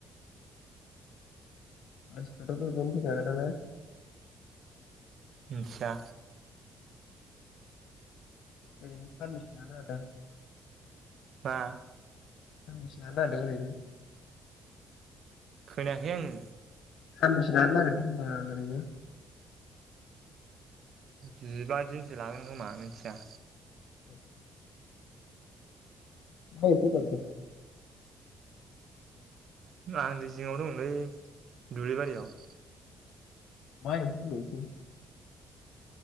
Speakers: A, on the left; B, on the right.
A: मानसिफ्राथ गोगोम होखागोन दां ना
B: मोनथिया
A: ओरैनो सानबेसेनो <unintelligible> होदों
B: मा
A: सानबेसे लानो नागिरदों ओरैनो
B: खोनाखै आङो
A: सानबोसे लानो नागिरदों होनदां ओरैनो
B: जिबा दिनसो लागोन खोमा मिथिया
A: <unintelligible> मा एथ' गाबदों
B: आं दै जिङाव दंलै दुब्लिबारियाव
A: मा एम्फौ होनो बेखौ